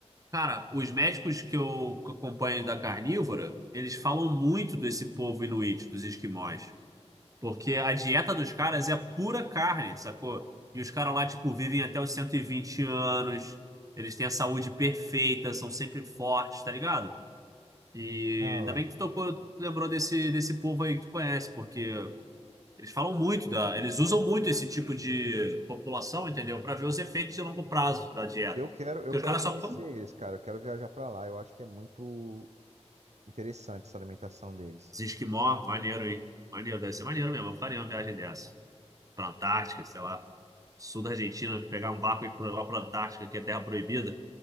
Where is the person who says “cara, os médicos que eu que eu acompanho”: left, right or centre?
Right